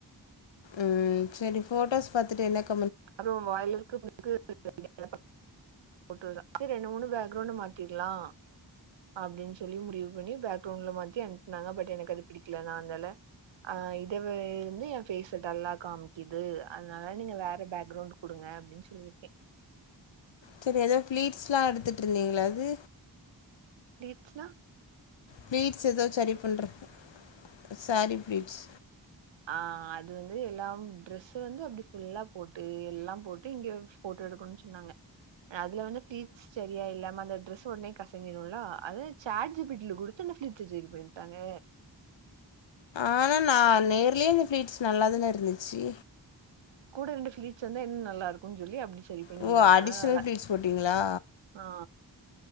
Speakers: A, on the left; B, on the right.
A: ம் சரி ஃபோட்டோஸ் பாத்துட்டு என்ன க
B: அப்றோ வாயிலிருக்கு <inaudible> <inaudible> செரி ரெண்டு மூணு பேக்ரௌண்டு மாத்திக்கலா அப்டின் சொல்லி முடிவு பண்ணி பேக்ரெளண்ட்ல மாத்தி அனுப்புனாங்க பட் எனக்கு அது பிடிக்ல நா அந்தால ஆஹ் இத வே இருந்து என் ஃபேச டல்லா காம்க்கிது அதனால நீங்க வேற பேக்ரொளண்ட் குடுங்க அப்டின் சொல்லிருக்கே
A: செரி எதோ ஃப்ளீட்ஸ்லா எடுத்துட்ருந்தீங்கல்ல அது
B: ப்ளீட்ஸ்னா
A: ப்ளீட்ஸ் எதோ சரி பண்றக்கு சாரி ப்ளீட்ஸ்
B: ஆஹ் அது வந்து எல்லாம் ட்ரெஸ்ஸு வந்து அப்டி ஃபுல்லா போட்டு எல்லாம் போட்டு இங்க போட்டு எடுக்கணுன் சொன்னாங்க அதுல வந்து ஃப்ளீட்ஸ் சரியா இல்லாம அந்த டிரெஸ்ஸு ஒட்னே கசங்கிருல்ல அது சாட் ஜி பி டி ல குடுத்து அந்த ஃப்ளீட்ஸ சரி பன்ட்டாங்க
A: ஆனா நா நேர்லயே அந்த ஃப்ளீட்ஸ் நல்லாதான இருந்துச்சி
B: கூட ரெண்டு ஃப்ளீட்ஸ் வந்தா இன்னு நல்லா இருக்குனு சொல்லி அப்டி சரி பண்ணிருந்தாங்க
A: ஓ அடிஷ்னல்
B: ஆனா நல்ல
A: ப்ளீட்ஸ் போட்டிங்களா
B: ஆ ஆ